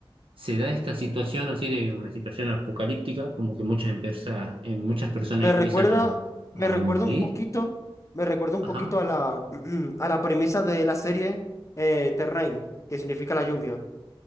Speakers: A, on the right; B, on the left.
A: se da esta situación así de una situación apocalíptica, como que muchas, empresas, eh, muchas personas
B: Me
A: empiezan
B: recuerda,
A: a,
B: me
A: a
B: recuerda
A: morir.
B: un poquito, me recuerda un
A: Ajá.
B: poquito a la, <clears throat> a la premisa de la serie eh, Terrain, que significa la lluvia.